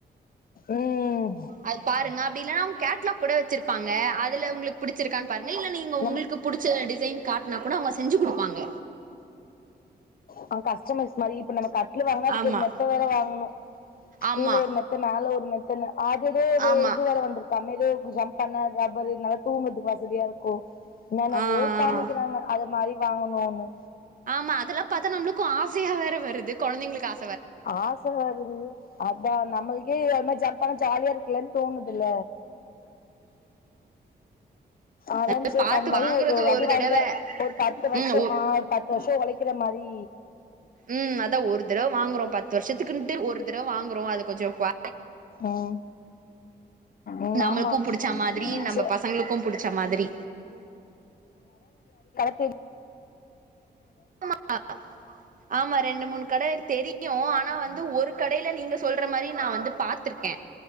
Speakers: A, on the left; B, on the right.
A: ம்
B: அது பாருங்க அப்டி இல்ன்னா கேட்லாக் கூட வச்சிருப்பாங்க அதுல உங்களுக்கு புடிச்சிருக்கான்னு பாருங்க இல்ல நீங்க
A: நம்ம
B: உங்களுக்கு புடிச்ச டிசைன் காட்டனா கூட அவங்க செஞ்சு குடுப்பாங்க
A: அவங்க கஸ்டமர்ஸ் மாரி இப்போ நம்ம க வீடு வாங்கினா அதுக்கொரு
B: ஆமா
A: மெத்த வேற வாங்கணு
B: ஆமா
A: கீழ ஒரு மெத்த மேல ஒரு இப்போ என்ன அது வேறு
B: ஆமா
A: இது வேற வந்திருக்காமே ஹே ஜம்ப் பண்ண ரப்பர் நல்லா தூங்குறதுக்கு வசதியா இருக்கு நனவோ
B: ஆ ஆ
A: காமிக்கிறாங்க அது மாரி வாங்கணு ஒன்னு
B: ஆமா அதுலா பாத்தா நம்மளுக்கு ஆசையா வேற வருது குழந்தைங்களுக்கு ஆ
A: ஆச வருது அதா நம்மள்க் ஏ ஒரு மாதி ஜப்பான் ஜாலியா இருக்குல்லன்னு தோணுதுல அதா
B: அத
A: ச
B: பாத்து
A: அந் மாரி
B: வாங்குறது
A: ஒரு வடி வாங்கிட்டா
B: தடவ
A: ஒரு பத்து வருஷ
B: ம் ஒ
A: ஆஹ் பத்து வருஷ உழைக்கிற மாரி
B: உம் அதா ஒரு தடவ வாங் ங்க்ரோ பத்து வருஷத்துக்குன்ட்டு ஒரு தடவ வாங்குறோம் அது கொஞ்சோ குவா
A: உம் உம்
B: நம்மளுக்கு
A: ஆமா
B: புடிச்ச மாதிரி
A: ஆச
B: நம்ம பசங்களுக்கு புடிச்ச மாதிரி
A: <unintelligible>
B: ஆமா <inaudible> ஆமா ரெண்டு மூணு கடை தெரியு ஆனா வந்து ந்து ஒரு கடையில நீங்க சொல்ற மாரி நா வந்து பாத்திருக்கே